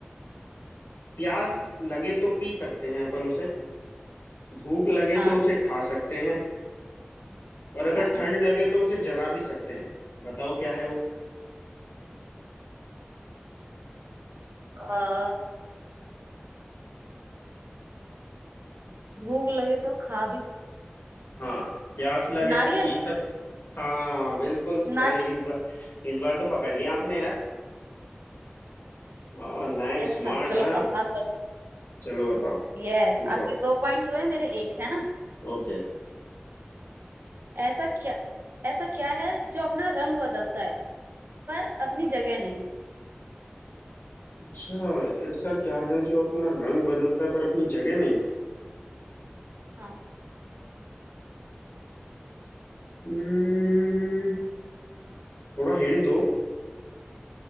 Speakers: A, on the left (about 70°); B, on the right (about 70°).
A: प्यास लगे तो पी सकते हैं अपन उसे भूख लगे
B: हाँ
A: तो उसे खा सकते हैं और अगर
B: हाँ
A: ठंड लगे तो उसे जला भी सकते हैं बताओ क्या है वो
B: आ, भूख लगे तो खा भी सक-
A: हाँ प्यास लगे
B: नारियल
A: तो पी सक हाँ बिल्कुल सही
B: नारियल
A: इस बार इस बार तो पकड़ लिया आपने यार वाह नाइस
B: अच्छा
A: स्मार्ट
B: चलो
A: हाँ
B: अब आप बताओ
A: चलो बताओ
B: यस
A: पूछो
B: आपके दो पॉइंट्स हुए मेरे एक है ना
A: ओके
B: ऐसा क्या ऐसा क्या है जो अपना रंग बदलता है पर अपनी जगह नहीं
A: अच्छा ऐसा क्या है जो अपना रंग बदलता है पर अपनी जगह नहीं
B: हाँ
A: हम्म, थोड़ा हिंट दो